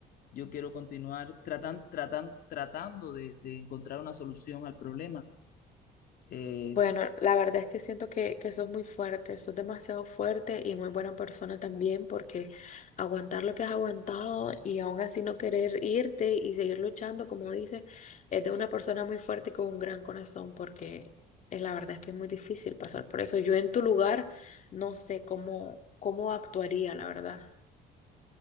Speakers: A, on the left; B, on the left.
A: yo quiero continuar tratan, tratan, tratando de, de encontrar una solución al problema. Eh,
B: Bueno, la verdad es que siento que, que sos muy fuerte, sos demasiado fuerte y muy buena persona también porque aguantar lo que has aguantado y aún así no querer irte y seguir luchando, como dices, es de una persona muy fuerte y con un gran corazón porque eh, la verdad es que es muy difícil pasar por eso. Yo en tu lugar no sé cómo, cómo actuaría, la verdad.